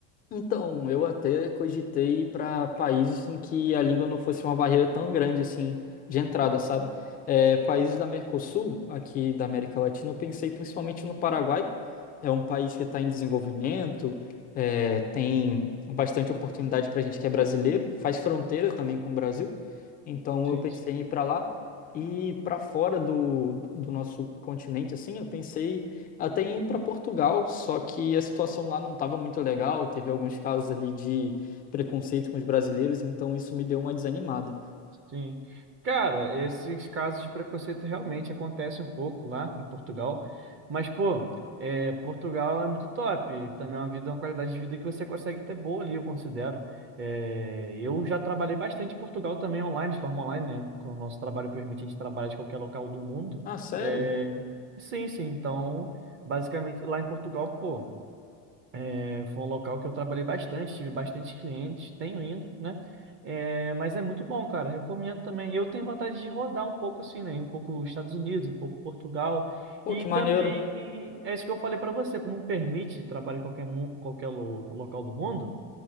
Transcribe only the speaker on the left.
Então, eu até cogitei ir para países em que a língua não fosse uma barreira tão grande assim de entrada, sabe? É, países da Mercosul, aqui da América Latina, eu pensei principalmente no Paraguai. É um país que está em desenvolvimento, é, tem bastante oportunidade para a gente que é brasileiro, faz fronteira também com o Brasil. Então,
eu pensei
em ir para lá. E para fora do, do nosso continente, assim, eu pensei até ir para Portugal, só que a situação lá não estava muito legal, teve alguns casos ali de preconceito com os brasileiros, então isso me deu uma desanimada.
Ah, sério?
Pô,
que
maneiro.